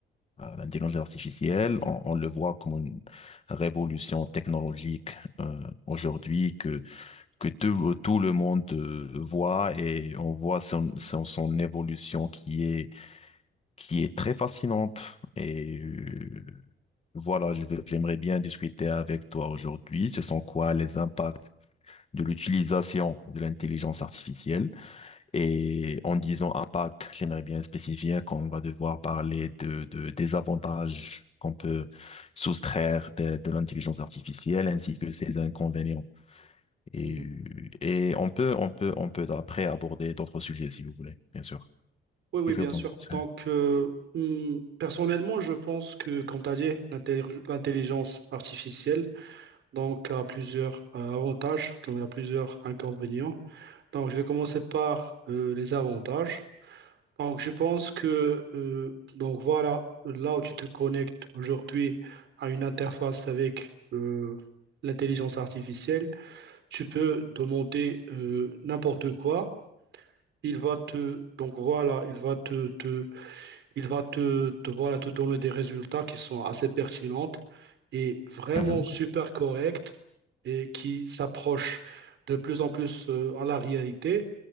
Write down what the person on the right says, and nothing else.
mhm.
Oui, oui,
bien
sûr.
Donc, euh, hmm, personnellement, je pense que, comme tu as dit, l'intelli- l'intelligence artificielle donc, a plusieurs euh, avantages comme elle a plusieurs inconvénients. Donc, je vais commencer par euh, les avantages. Donc, je pense que, euh, donc voilà, là où tu te connectes aujourd'hui à une interface avec euh, l'intelligence artificielle, tu peux demander euh, n'importe quoi. il va te donc voilà, il va te, te il va te, te voilà te donner des résultats qui sont assez pertinentes et vraiment
super corrects et qui s'approchent de plus en plus euh, à la réalité.